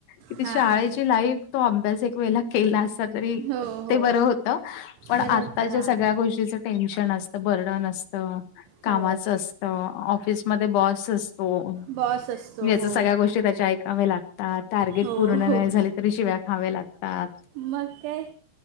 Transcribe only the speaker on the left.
कि ती
शाळेची लाईफ तो अभ्यास एक वेळेला केला असता तरी
ते
बरं होतं, पण
आत्ताच्या
सगळ्या गोष्टीचं टेन्शन असतं, बर्डन असत. कामाचं
असत, ऑफिसमध्ये बॉस च अस हो
याच्या
सगळ्या गोष्टी त्याचे ऐकाव्या लागतात टार्गेट
पूर्ण
नाही झाले त तरी शिव्या खावे लागतात.